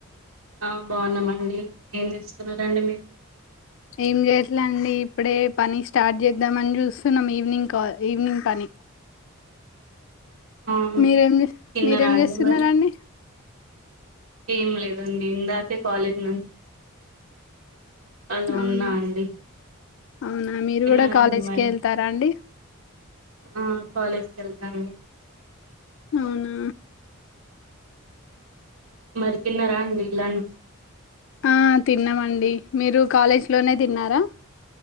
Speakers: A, on the right; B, on the left.
A: ఆ బావున్నామండి ఏం చెస్తున్నరండి మీరు
B: ఏం చేయట్లండి ఇప్పుడే పని స్టార్ట్ చేద్దామని చూస్తున్నాం ఈవినింగ్ కాల్ ఈవినింగ్ పని
A: <inaudible> అవును
B: మీరేం
A: తిన్నారా
B: మీరేం
A: అండి
B: చేస్తున్నారాండి
A: మరి ఏం లేదండి ఇందాకే కాలేజీ నుంచి ఆలా
B: అవునా
A: ఉన్నా అండి
B: అవునా మీరు
A: తిన్నారా
B: కూడా కాలేజ్
A: అండి మరి
B: కే వెళ్తారా అండి
A: ఆ కాలేజ్ కి వెళ్తాండి
B: అవునా
A: మరి తిన్నారా అండి లంచ్
B: ఆ తిన్నామండి మీరు కాలేజ్ లోనే తిన్నారా